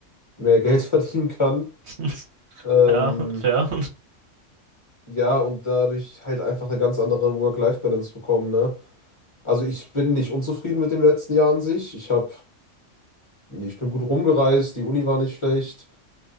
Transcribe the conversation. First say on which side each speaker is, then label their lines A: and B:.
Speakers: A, on the left; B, on the right.
A: mehr Geld <laughs> verdienen kann.
B: <laughs>
A: Ähm,
B: ja, fair.
A: ja, und dadurch halt einfach eine ganz andere Work-Life-Balance bekommen, ne? Also ich bin nicht unzufrieden mit dem letzten Jahr an sich. Ich hab, ich bin gut rumgereist, die Uni war nicht schlecht.